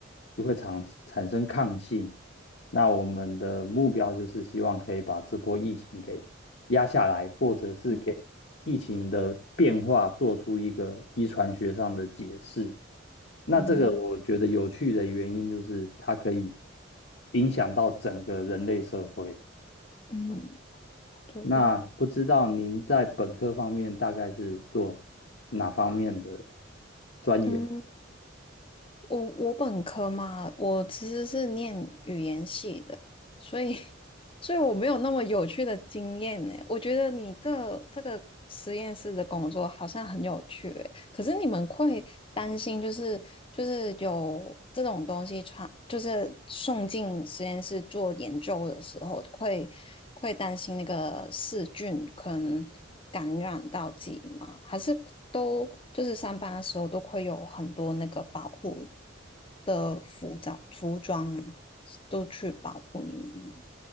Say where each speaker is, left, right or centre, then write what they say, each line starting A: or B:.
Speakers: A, on the left (about 60°); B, on the left (about 25°).
A: 就会产产生抗性。那我们的目标就是希望可以把这波疫情给压下来，或者是给疫情的变化做出一个遗传学上的解释。
B: 嗯
A: 那这个我觉得有趣的原因就是它可以
B: 嗯
A: 影响到整个人类社会。
B: 嗯，对，
A: 那不知道您在本科方面大概是做哪方面的钻研？
B: 嗯，我我本科嘛，我其实是念语言系的，所以 <laughs> 所以我没有那么有趣的经验呢。我觉得你这这个实验室的工作好像很有趣欸，可是你们会担心，就是就是有这种东西传，就是送进实验室做研究的时候，会会担心那个细菌可能感染到自己吗？还是都就是上班的时候都会有很多那个保护的服装服装吗？都去保护你们吗？